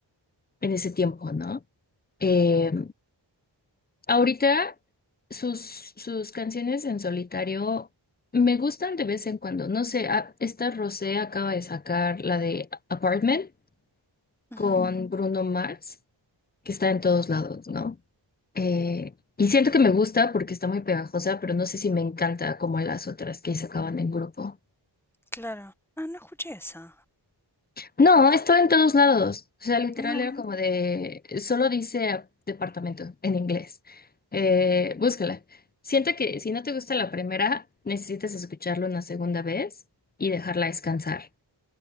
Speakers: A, on the left (about 20°); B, in the centre.
A: en ese tiempo, ¿no? Eh, Ahorita sus, sus canciones en solitario me gustan de vez en cuando. No sé, a- esta Rosé acaba de sacar la de Apartment
B: Ujú,
A: con Bruno Mars, que está en todos lados, ¿no? Eh, y siento que me gusta porque está muy pegajosa, pero no sé si me encanta como las otras que sacaban en grupo.
B: Claro. Ah, no escuché esa.
A: No, estaba en todos lados. O sea, literal
B: No.
A: era como de, solo dice ah, departamento en inglés. Eh, búscala. Siento que si no te gusta la primera, necesitas escucharlo una segunda vez y dejarla descansar.